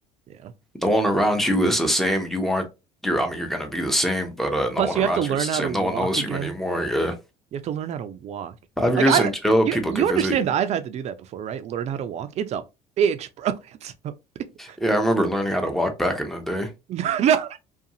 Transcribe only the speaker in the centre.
No one around you is the same. You aren't you're I mean you're gonna be the same, but uh no
one
around
you is
the same.
No one knows
you anymore. Yeah.
Five years
in jail,
people
can visit
you.
Yeah, I remember learning how to walk back in the day.